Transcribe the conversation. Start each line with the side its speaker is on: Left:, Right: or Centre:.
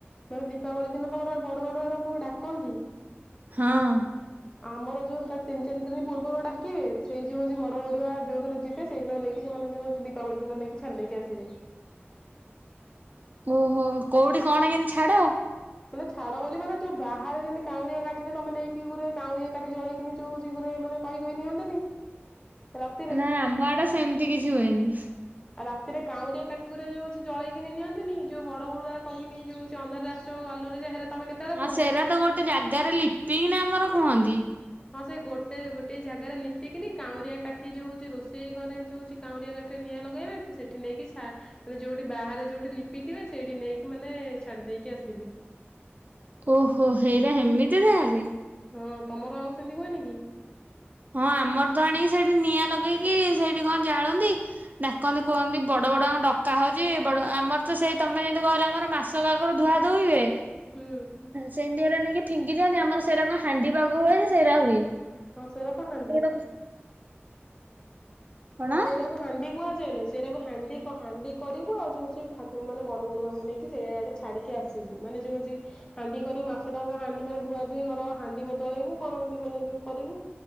Left: ସେଇ ଦୀପାବଳି ଦିନ ତମର ବଡ ବଡୁଆକୁ ଡାକନ୍ତି।
Right: ହଁ
Left: ଆମର ଯୋଉ ତା ତିନି ଚାରି ଦିନ ପୂର୍ବରୁ ଡାକିବେ ସେଇ ଯୋଉ ହଉଛି ବଡ ବଡୁଆ ଯୋଉ ଦିନ ଯିବେ ସେଇଦିନ ନେଇକି ସେମାନେ ଯଉ ଦୀପାବଳି ଦିନ ନେଇକି ଛାଡି ଦେଇକି ଆସିବେ।
Right: ଓହୋ କୋଉଠି କଣ କେମତି ଛାଡ?
Left: ମାନେ ଛାଡ ବୋଲି ମାନେ ଯଉ ବାହାରେ ଯେମିତି କାଉଁରିଆ କାଠିରେ ତମେ ନେଇକି ଗୁରେ କାଉଁରିଆ କାଠି ଜଳେଇକିନି ଯଉ ଜିଗିରେ ମାନେ କହି କହି ନିଅନ୍ତିନି ରାତିରେ
Right: ନା ଆମ ଆଡେ ସେମିତି କିଛି ହୁଏନି।
Left: ଆଉ ରାତିରେ କାଉଁରିଆ କାଠିଗୁରା ଯଉ ଜଳେଇକିନି ନିଅନ୍ତିନି ଯୋଉ ବଡ ବଡୁଆ କହିକିନି ଯଉ ଅନ୍ଧାରରେ ଆସ ଆଲୁଅରେ ଯାଅ ହେରା ତମେ କେତେବେଳେ
Right: ହଁ
Left: କୁହ?
Right: ସେରା ତ ଗୋଟେ ଜାଗାରେ ଲିପିକି ନା ଆମର କୁହନ୍ତି।
Left: ହଁ ସେ ଗୋଟେ ଗୋଟେ ଜାଗାରେ ଲିପିକିନି କାଉଁରିଆ କାଠି ଯୋଉ ହଉଛି ରୋଷେଇ ଘରେ ଯୋଉଛି କାଉଁରିଆ ଗାଠିରେ ନିଆଁ ଲଗାଇବେ ସେଠି ନେଇକି ଛା ମାନେ ଯୋଉଠି ବାହାରେ ଯୋଉଠି ଲିପିଥିବେ ସେଇଠି ନେଇକି ମାନେ ଛାଡି ଦେଇକି ଆସିବେ।
Right: ଓହୋ ହେଇରା ହେମିତି ତାହେଲେ
Left: ହଁ ତମର ଆଉ ସେମିତି ହୁଏନି କି?
Right: ହଁ ଆମର ତ ଆଣିକି ସେଇଠି ନିଆଁ ଲଗେଇକି ସେଇଠି କଣ ଜାଳନ୍ତି। ଡାକନ୍ତି କୁହନ୍ତି ବଡ ବଡୁଆଙ୍କୁ ଡକା ହଉଛି ବଡ ଆମର ତ ସେଇ ତମେ ଯେମିତି କହିଲ ଆମର ମାସ କ ଆଗରୁ ଧୁଆ ଧୁଇ ହୁଏ।
Left: ହୁଁ
Right: ସେମିତି ଗୁରା ନେଇକି ଫିଙ୍ଗି ଦିଅନ୍ତି ଆମର ସେଇରା କଣ ହାଣ୍ଡି ପାଗ ହୁଏ ନା ସେଇରା ହୁଏ।
Left: ହଁ ସେରା ତ ହାଣ୍ଡି
Right: ଅ କଣ
Left: ହଁ ସେଇରା ହାଣ୍ଡି କୁହାଯାଏ ଲୋ ସେଇରାକୁ ହାଣ୍ଡି ହାଣ୍ଡି କରିବୁ ଆଉ ଯୋଉଛି ଠାକୁର ମାନେ ବଡ ବଡୁଆଙ୍କୁ ନେଇକି ସେଇଆଡେ ଛାଡ଼ିକି ଆସିବୁ ମାନେ ଯେଉଁ ହଉଚି ହାଣ୍ଡି କରିବୁ ମାସ ଟାଙ୍କା ହାଣ୍ଡି ମାନେ ଧୁଆ ଧୋଇ ଘର ହାଣ୍ଡି ବଦଳେଇବୁ କଣ ଏମିତି ମାନେ ଯୋଉ କରିବୁ